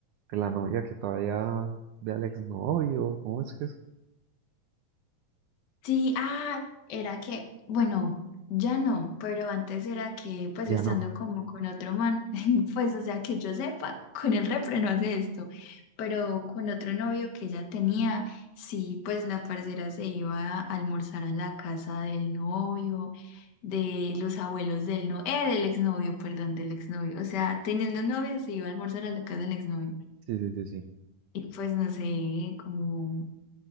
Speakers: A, on the right; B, on the left.
A: De la novia que todavía... De Alex novio. ¿Cómo es que es?
B: Sí, ah, era que, bueno, ya no, pero antes era que, pues
A: Ya
B: estando
A: no.
B: como con otro man, <laughs> pues o sea, que yo sepa, con el repre no hace esto, pero con otro novio que ella tenía, sí, pues la parcera se iba a almorzar a la casa del novio, de los abuelos del no, eh, del exnovio, perdón, del exnovio, o sea, teniendo novio se iba a almorzar a la casa del exnovio,
A: Sí, sí, sí, sí.
B: y pues no sé, como,